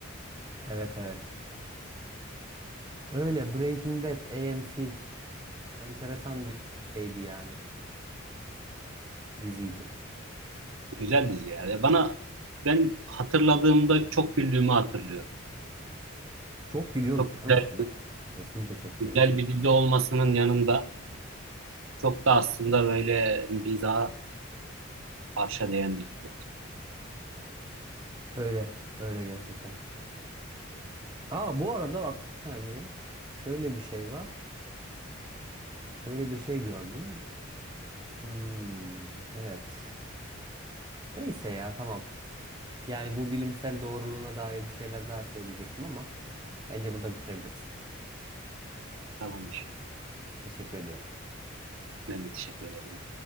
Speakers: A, on the right; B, on the right.
A: Evet evet. Öyle Breaking Bad AMC enteresan bir şeydi yani diziydi.
B: Güzel dizi ya. Ya bana ben hatırladığımda çok güldüğümü hatırlıyorum.
A: Çok gülüyorduk
B: Çok güzel.
A: canım seninle. Kesinlikle çok gülüyorduk.
B: güzel bir dizi olmasının yanında çok da aslında böyle mizaha arşa değen bir dizi.
A: Öyle. Öyle gerçekten. Aa bu arada bak bir saniye. Şöyle bir şey var. Şöyle bir şey gördüm. Hmm, evet. Neyse ya tamam. Yani bu bilimsel doğruluğuna dair bir şeyler daha söyleyecektim ama bence burada bitirebiliriz.
B: Tamamdır.
A: Teşekkür ediyorum.
B: Ben de teşekkür ederim.